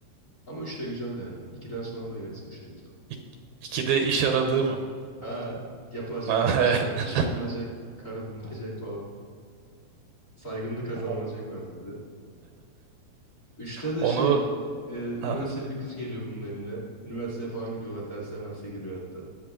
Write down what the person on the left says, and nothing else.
Ama 3 de güzel yani. ikiden sonra da gelse 3 de güzel.
Ha yapılacaklar
işte
iş bulunacak, karı bulunacak falan. Saygınlık kazanılacak
var dedi. Üçte de
şey e, üniversiteli
bir kız geliyor bunun evine. Üniversiteye falan gidiyorlar. Derse merse giriyor hatta.